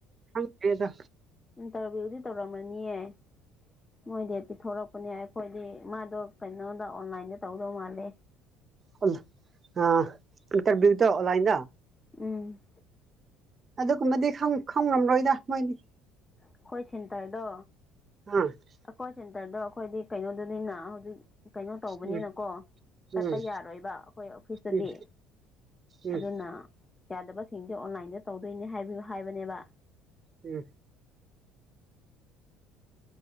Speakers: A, on the right (about 35°); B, on the left (about 20°).
A: ꯈꯪꯗꯦꯗ
B: ꯏꯟꯇꯔꯚ꯭ꯌꯨꯗꯤ ꯇꯧꯔꯝꯃꯅꯤꯌꯦ ꯃꯣꯏꯗꯤ ꯄꯤꯊꯣꯔꯛꯄꯅꯦ ꯑꯩꯈꯣꯏꯗꯤ ꯃꯥꯗꯣ ꯀꯩꯅꯣꯗ ꯑꯣꯟꯂꯥꯏꯟꯗ ꯇꯧꯗꯧ ꯃꯥꯜꯂꯦ
A: <unintelligible> ꯑꯥ ꯏꯟꯇꯔꯕ꯭ꯌꯨꯗꯣ ꯑꯣꯟꯂꯥꯏꯟꯗ
B: ꯎꯝ
A: ꯑꯗꯨꯒꯨꯝꯕꯗꯤ ꯈꯪ ꯈꯪꯔꯝꯂꯣꯏꯗ ꯃꯣꯏꯗꯤ
B: ꯑꯩꯈꯣꯏ ꯁꯦꯟꯇꯔꯗꯣ
A: <unintelligible>
B: ꯑꯈꯣꯏ ꯁꯦꯟꯇꯔꯗꯣ ꯑꯩꯈꯣꯏꯗꯤ ꯀꯩꯅꯣꯗꯨꯅꯤꯅ ꯍꯧꯖꯤꯛ ꯀꯩꯅꯣ ꯇꯧꯕꯅꯤꯅꯀꯣ꯫
A: ꯎꯝ
B: ꯆꯠꯄ
A: ꯎꯝ
B: ꯌꯥꯔꯣꯏꯕ ꯑꯩꯈꯣꯏ ꯑꯣꯐꯤꯁꯇꯗꯤ
A: ꯎꯝ ꯎꯝ
B: ꯑꯗꯨꯅ꯫ ꯌꯥꯗꯕꯁꯤꯡꯁꯦ ꯑꯣꯟꯂꯥꯏꯟꯗ ꯇꯧꯗꯣꯏꯅꯦ ꯍꯥꯏꯕꯁꯨ ꯍꯥꯏꯕꯅꯦꯕ꯫
A: ꯎꯝ꯫ <unintelligible>